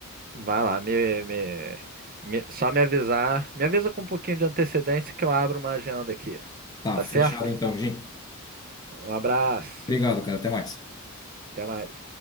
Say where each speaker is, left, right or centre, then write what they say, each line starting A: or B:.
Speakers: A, on the right; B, on the left.
A: Vai lá, me, me, me- só me avisar. Me avisa com um pouquinho de antecedência que eu abro uma agenda aqui.
B: Tá,
A: Tá
B: fechado
A: certo?
B: então, Jim.
A: Um abraço.
B: Obrigado, cara. Até mais.
A: Até mais.